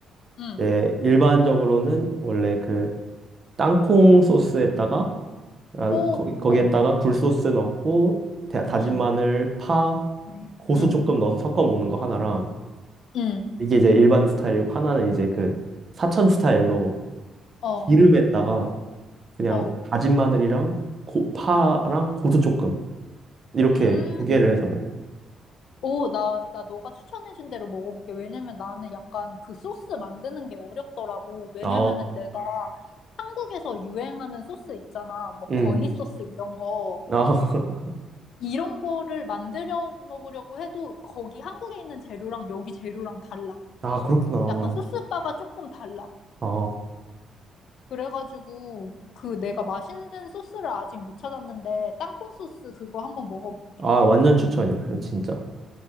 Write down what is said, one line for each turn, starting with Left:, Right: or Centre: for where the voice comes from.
Left: 음.
Right: 이제 일반적으로는 원래 그 땅콩 소스에다가 아,
Left: 오,
Right: 거기, 거기에다가
Left: 오,
Right: 굴 소스 넣고 다- 다진
Left: 음,
Right: 마늘, 파,
Left: 음,
Right: 고수
Left: 음,
Right: 조금 넣어서 섞어 먹는 거 하나랑
Left: 음.
Right: 이게 이제 일반 스타일이고 하나는 이제 그 사천 스타일로
Left: 어,
Right: 기름에다가 그냥
Left: 어,
Right: 다진 마늘이랑 고- 파랑 고수 조금 이렇게
Left: 음.
Right: 두 개를
Left: 음.
Right: 해서 먹어.
Left: 오, 나, 나 너가 추천해준 대로 먹어볼게. 왜냐면 나는 약간 그 소스 만드는 게 어렵더라고. 왜냐면은
Right: 아,
Left: 내가 한국에서 유행하는 소스 있잖아. 뭐,
Right: 음,
Left: 거니 소스 이런 거.
Right: 아, <laughs>
Left: 이런 거를 만들어 먹으려고 해도 거기 한국에 있는 재료랑 여기 재료랑 달라.
Right: 아 그렇구나.
Left: 약간 소스바가 조금 달라.
Right: 아,
Left: 그래가지고 그 내가 맛있는 소스를 아직 못 찾았는데 땅콩 소스 그거 한번 먹어볼게.
Right: 아 완전 추천이야, 진짜.